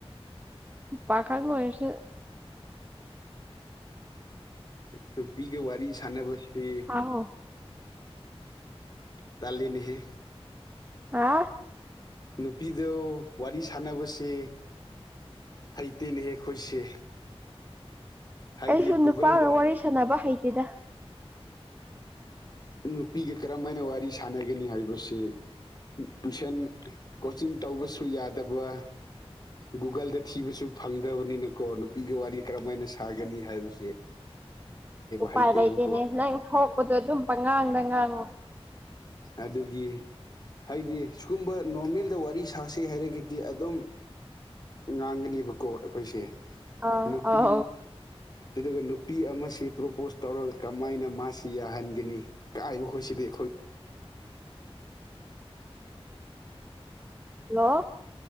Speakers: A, on the right (about 15°); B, on the left (about 40°).
A: ꯎꯝ ꯄꯥꯈꯪ ꯑꯣꯏꯔꯁꯨ
B: <inaudible> ꯅꯨꯄꯤꯒ ꯋꯥꯔꯤ ꯁꯅꯦꯕꯁꯦ
A: ꯊꯥꯍꯣ
B: ꯇꯜꯂꯤꯅꯤꯍꯦ
A: ꯍꯥ
B: ꯅꯨꯄꯤꯗ ꯋꯥꯔꯤ ꯁꯥꯟꯅꯕꯁꯦ ꯍꯩꯇꯦꯅꯦꯍꯦꯛ ꯑꯩꯈꯣꯏꯁꯦ ꯍꯥꯏꯗꯤ
A: ꯑꯩꯁꯨ
B: ꯒꯨꯒꯜꯗ
A: ꯅꯨꯄꯥꯒ ꯋꯥꯔꯤ ꯁꯥꯟꯅꯕ ꯍꯩꯇꯦꯗ
B: ꯅꯨꯄꯤꯒ ꯀꯔꯝ ꯍꯥꯏꯅ ꯋꯥꯔꯤ ꯁꯥꯟꯅꯒꯅꯤ ꯍꯥꯏꯕꯁꯤ ꯇꯨꯏꯁꯟ ꯀꯣꯆꯤꯡ ꯇꯧꯕꯁꯨ ꯌꯥꯗꯕ ꯒꯨꯒꯜꯗ ꯊꯤꯕꯁꯨ ꯐꯪꯗꯕꯅꯤꯅꯀꯣ ꯅꯨꯄꯤꯒ ꯋꯥꯔꯤ ꯀꯔꯝꯃꯥꯏꯅ ꯁꯥꯒꯅꯤ ꯍꯥꯏꯕꯁꯦ <inaudible>
A: ꯎꯄꯥꯏ
B: ꯍꯩꯇꯦꯕꯀꯣ
A: ꯂꯩꯇꯦꯅꯦ ꯅꯪ ꯊꯣꯛꯄꯗꯣ ꯑꯗꯨꯝ ꯄꯉꯥꯡꯗ ꯉꯥꯡꯉꯨ
B: ꯑꯗꯨꯒꯤ ꯍꯥꯏꯗꯤ ꯁꯤꯒꯨꯝꯕ ꯅꯣꯔꯃꯦꯜꯗ ꯋꯥꯔꯤ ꯁꯥꯁꯩ ꯍꯥꯏꯔꯒꯗꯤ ꯑꯗꯨꯝ ꯉꯥꯡꯒꯅꯦꯕꯀꯣ ꯑꯩꯈꯣꯏꯁꯦ
A: ꯑꯥ
B: ꯅꯨꯄꯤ
A: ꯑꯥꯎ
B: ꯑꯗꯨꯒ ꯅꯨꯄꯤ ꯑꯃꯁꯤ ꯄ꯭ꯔꯣꯄꯣꯁ ꯇꯧꯔꯒ ꯀꯃꯥꯏꯅ ꯃꯥꯁꯤ ꯌꯥꯍꯟꯒꯅꯤ ꯀꯥꯏꯕꯈꯣꯏꯁꯤꯗꯦꯈꯣꯏ
A: ꯍꯜꯂꯣ